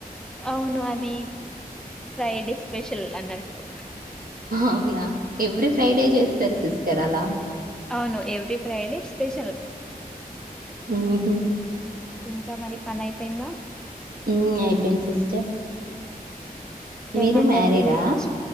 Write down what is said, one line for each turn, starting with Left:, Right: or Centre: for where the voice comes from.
Centre: అవును అది ఫ్రైడే స్పెషల్ అన్న ట్టు
Right: అవునా ఎవ్రీ ఫ్రైడే చేస్తరు సిస్ చేరళ
Centre: అవును ఎవ్రీ ఫ్రైడే స్పెషల్
Right: ఉమ్హు.
Centre: ఇంకా మరి పని అయిపోయిందా
Right: ఉమ్ అయిపోంది సిస్టర్
Centre: ఏం
Right: మీరు
Centre: వండారు
Right: మ్యారీడా
Centre: ఈరోజు